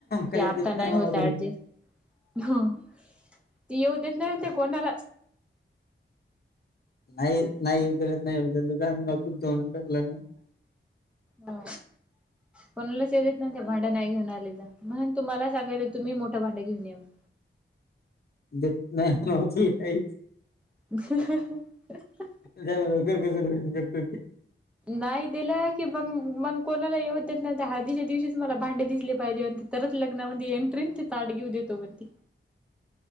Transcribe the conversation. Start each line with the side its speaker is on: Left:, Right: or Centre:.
Left: काहीच
Centre: की आता
Left: देत
Centre: नाही
Left: म्हणाव
Centre: होत
Left: तुला
Centre: ऍडजिस्ट. हम्म. ती येऊ देत नाही ते कोणाला.
Left: नाही नाही येऊ न दीलंच नाही येऊ <unintelligible>
Centre: हा. कोणालाच येऊन देत नाही ती. भांडे नाही घेऊन आले तर? म्हणून तुम्हाला सांगयलोय तुम्ही मोठं भांड घेऊन या म्हणून.
Left: देत नाही <unintelligible>
Centre: <inaudible>
Left: जा म्हणाव कर कस लग्न करतोय ते?
Centre: नाही दिल कि मग - मग कोणाला येऊत देत नाही. ते हळदीच्या दिवशी मला भांडे दिसले पाहिजे तरच लग्नामध्ये एंट्रीन ते ताट घेऊ देतो म्हण ते